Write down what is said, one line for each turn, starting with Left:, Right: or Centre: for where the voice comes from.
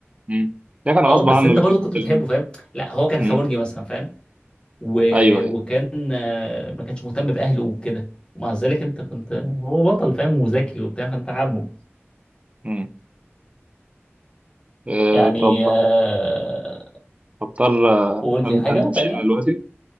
Right: امم ده كان
Left: اه
Right: غصب
Left: بس
Right: عنه
Left: انت
Right: لكن
Left: برضه كنت
Right: في
Left: بتحبه
Right: الم...
Left: فاهم لا هو كان
Right: امم
Left: خبرجي مثلا فاهم و...
Right: ايوه ايوه
Left: وكان آه، ما كانش مهتم باهله وكده ومع ذلك انت كنت هو بطل فاهم وذكي وبتاع فانت حابه
Right: امم آه
Left: يعني
Right: طب
Left: آه،
Right: هضطر آه،
Left: قول في
Right: أم-
Left: حاجه
Right: امشي
Left: تانية
Right: دلوقتي